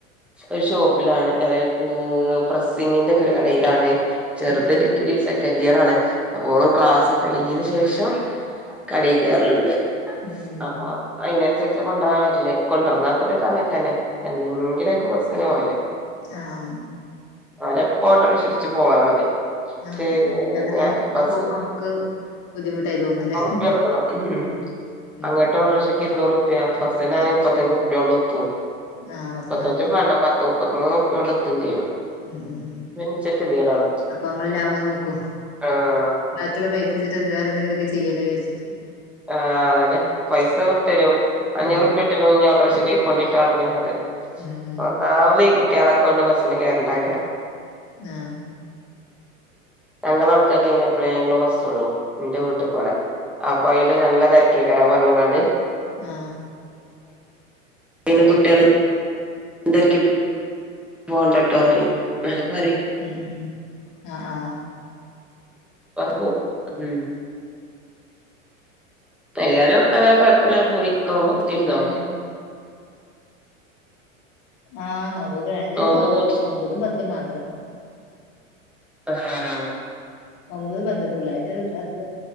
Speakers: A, in the centre; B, on the left.
A: ഒരു ഷോപ്പ്ലാണ് അരെ ഓഹ് പ്രസ്സിങ്ങിന്റെ ഒക്കെ ഒര് കടയിലാണ് ചെറുത്
B: ഉം ഉം.
A: ഡിഗ്രി സെ സെക്കൻ് ഇയർ ആണ് അപ്പോൊ ക്ലാസ് കഴിഞ്ഞതിന് ശേഷം കടയിൽ കയറലുണ്ട്
B: ഉം ഉം.
A: അപ്പൊ അതിനന്സരിച്ച കൊണ്ട്രാൻ വരല് കൊണ്ടൊന്നക്കലൊ അങ്ങന് തന്നെ എന്തെങ്കിലുംൊക്കെ ബസ്ന് പോല്
B: ആഹ
A: അല്ലപ്പോ ഓട്ടംക്ഷരിച്ചു പോവാമതി
B: ആ.
A: ശരി
B: യാത്രയും
A: ഞ ബസ്
B: പോകുമ്പോ നമുക്ക് ബുദ്ധിമുട്ടായി തോന്നുല്ലേ?
A: പ്പ എടുക്കണം ഉം
B: ഉം.
A: അങ്ങിട്ട് ഓരോ ശ ഇരുന്നൂറ പ്യ ഫസ് തന്നാണ്
B: ആ
A: ഇപ്പത്തഞ്ഞ്ഞു റപ്യ കൊണ്ട് ഒത്തും
B: ആ ബസ്സിനാവുമ്പോ.
A: പത്തച് വേണ്ട പത്തും നൂറ് റുപ്യണ്ടെ അവിടെ എത്തും ചെയ്യും.
B: ഉം ഉം ഉം
A: പിന്നെ ഇച്ചിരി ഗതികേടാണ്
B: അപ്പൊ മ്മളെ ലാവം നോക്കും
A: ആഹ്
B: ബാക്കിള്ള പൈസ വട്ട് വേറെന്തെങ്കിലുമക്കെ ചെയ്യാലോ വിചരിച്ചട്ട്
A: ആഹ അതന്നെ പൈസ വിട്ടരും അഞ്ഞൂറ്റപ്പ
B: ഉം
A: ഇട്ടും അഞ്ഞൂറ്ക്ഷ കൊണ്ടിട്ട് അളങ്ങണ്ട്
B: ഉം ഉം
A: ഒന്നാമത് ഈ കുട്ടീളെക്കൊണ്ട് ബസ്സിന് കേറണ്ടാ
B: ആഹ
A: ഞങ്ങള അവിടുക്കക്ക കഞ്ഞ അപ്പളേങ്ങള് ബസ്സള്ളു എന്റെ വീട്ടിക്കടെ വൈൽ നല്ല തിരക്കിയൊക്കരാ പറഞ്ഞങ്ങാണ്ട്
B: ആ
A: പന കുട്ടാല അന്തരിക്ക് പോണ്ടട്ടോ പറയും പറയും
B: ഉം ഉം ഉം ആഹ് ആഹ്
A: അ പോ ഹ അരിയാലും അങ്ങനെ കൊഴപ്പില്ല പോയി നോമ്പൊക്കെ
B: പിന്നെ
A: തീരുന്നോ
B: ആഹ് നോമ്പൊക്കെ രണ്ടീസം
A: നോമ്പ് നോറ്റ്
B: ഒമ്പതും പത്തും മാത്രം
A: ആഹ ആ
B: ഒമ്പത് മാത്ര ഫുുള്ള ആായിട്ട് പത്ത്